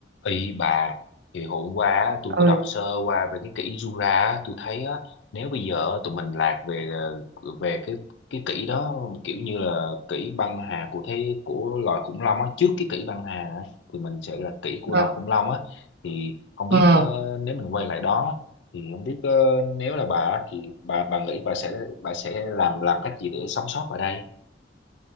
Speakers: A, on the left; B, on the right.
A: Y bà thì hôm qua á, tôi
B: ơi
A: có đọc sơ qua về cái kỷ Jura á, tôi thấy á, nếu bây giờ tụi mình lạc về ờ, về cái cái kỷ đó kiểu như là kỷ băng hà của thế của loài khủng long á trước cái kỷ băng hà á, thì mình sẽ là kỷ của
B: ờ
A: loài khủng long á thì không biết
B: ờ
A: ờ, nếu mình quay lại đó thì không biết ờ, nếu là bà á, thì bà bà nghĩ bà sẽ bà sẽ làm làm cách gì để sống sót ở đây